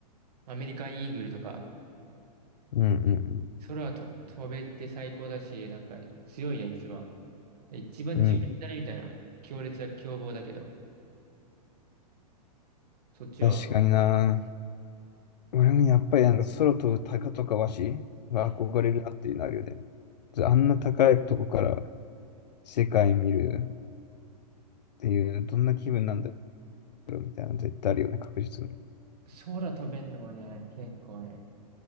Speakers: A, on the right (about 70°); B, on the left (about 85°).
A: アメリカンイーグルとか、
B: うんうん
A: 空と飛べて最高だし、なんか強いじゃん、一番。で一番重要だね、
B: うん。うん。
A: みたいな。強烈な凶暴だけど。そっちは。
B: 確かにな。俺もやっぱりなんか空飛ぶ鷹とかワシが憧れるなっていうのあるよね。
A: うん。
B: あんな高いとこから世界見るっていう、どんな気分なんだろうみたいなの絶対あるよね、確実に。
A: 空飛べんのはね、結構ね、